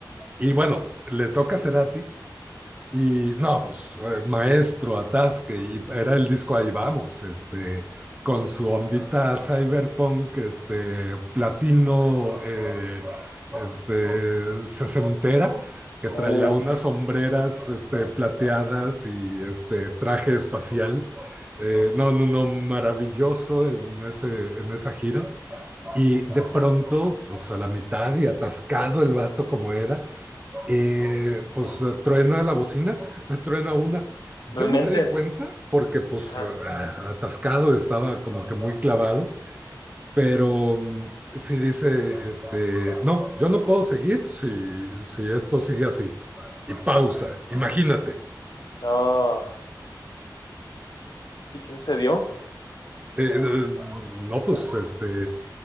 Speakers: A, on the right (about 20°); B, on the left (about 65°).
A: Y bueno, le toca a Cerati, Y no, pues eh, maestro, atasque, y era el disco Ahí vamos, este, con su ondita cyberpunk, este, platino, eh, este, sesentera, que traía
B: uff,
A: unas sombreras, este, plateadas y este traje espacial. Eh, no, no, no, maravilloso en, ese, en esa gira. Y de pronto, pues a la mitad y atascado el vato como era, eh, pues eh, truena la bocina, <laughs> truena una. Yo
B: no inventes,
A: no me di cuenta porque pues
B: ajá,
A: eh, atascado estaba como que muy clavado, pero mm, sí dice, este, no, yo no puedo seguir si, si esto sigue así. Y pausa, imagínate.
B: no, ¿y quién se dio?
A: Eh, eh, no, pues este,